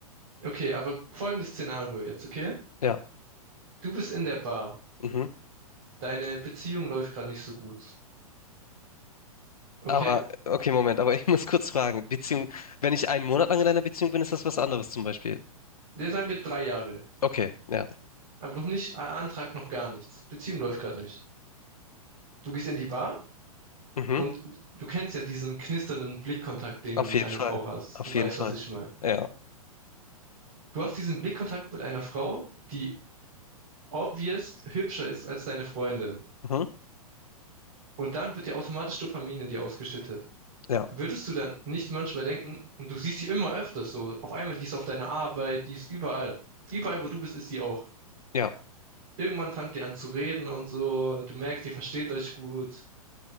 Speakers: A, on the right; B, on the left.
A: Okay, aber folgendes Szenario jetzt, okay?
B: Ja.
A: Du bist in der Bar.
B: Mhm.
A: Deine Beziehung läuft gerade nicht so gut. Okay?
B: Aber, okay, Moment, aber <laughs> ich muss kurz fragen. Beziehung, wenn ich einen Monat lang in einer Beziehung bin, ist das was anderes zum Beispiel.
A: der sagen wir drei Jahre.
B: Okay, ja.
A: Aber noch nicht, A- Antrag noch gar nichts. Beziehung läuft gerade nicht. Du gehst in die Bar
B: Mhm.
A: und du kennst ja diesen knisternden Blickkontakt, den
B: Auf
A: du mit
B: jeden
A: einer
B: Fall.
A: Frau hast.
B: Auf
A: Du weißt,
B: jeden Fall.
A: was ich meine.
B: Ja.
A: Du hast diesen Blickkontakt mit einer Frau, die obvious hübscher ist als deine Freundin.
B: Mhm.
A: Und dann wird dir automatisch Dopamin in dir ausgeschüttet.
B: Ja.
A: Würdest du dann nicht manchmal denken, und du siehst sie immer öfters so, auf einmal, die ist auf deiner Arbeit, die ist überall. Überall, wo du bist, ist sie auch.
B: Ja.
A: Irgendwann fangt ihr an zu reden und so, du merkst, ihr versteht euch gut.